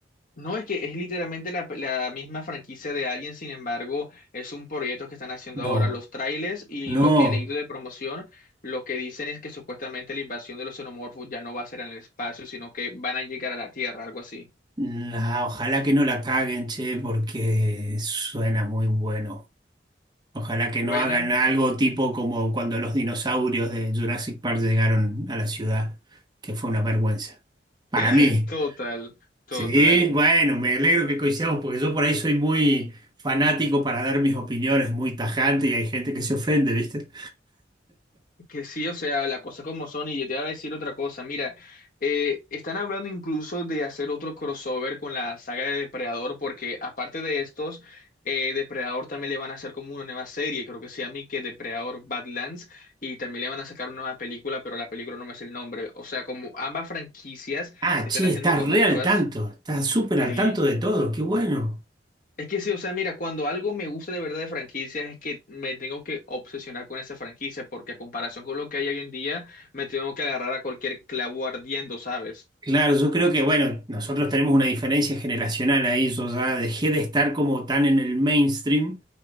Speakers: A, on the left; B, on the right.
A: No, es que es literalmente la, la misma franquicia de Alien, sin embargo, es un proyecto que están haciendo ahora.
B: No,
A: Los trailers y
B: no.
A: lo que he leído de promoción, lo que dicen es que supuestamente la invasión de los xenomorfos ya no va a ser en el espacio, sino que van a llegar a la Tierra, algo así.
B: La- ojalá que no la caguen, che, porque suena muy bueno. Ojalá que
A: Buena.
B: no hagan algo tipo como cuando los dinosaurios de Jurassic Park llegaron a la ciudad, que fue una vergüenza. Para
A: <laughs>
B: mí.
A: Total, total.
B: Sí, bueno, me alegro que coincidamos porque yo por ahí soy muy fanático para dar mis opiniones, muy tajante y hay gente que se ofende, ¿viste?
A: Que sí, o sea, la cosa como son, y yo te iba a decir otra cosa. Mira, eh, están hablando incluso de hacer otro crossover con la saga de Depredador, porque aparte de estos, eh, Depredador también le van a hacer como una nueva serie, creo que se llama y que Depredador Badlands, y también le van a sacar una nueva película, pero la película no me es el nombre. O sea, como ambas franquicias
B: Ah,
A: están
B: che,
A: haciendo
B: estás
A: cosas
B: re
A: nuevas,
B: al tanto, estás súper al
A: sí.
B: tanto de todo, qué bueno.
A: Es que sí, o sea, mira, cuando algo me gusta de verdad de franquicias es que me tengo que obsesionar con esa franquicia, porque a comparación con lo que hay hoy en día, me tengo que agarrar a cualquier clavo ardiendo, ¿sabes?
B: Claro, yo creo que, bueno, nosotros tenemos una diferencia generacional ahí. Yo ya dejé de estar como tan en el mainstream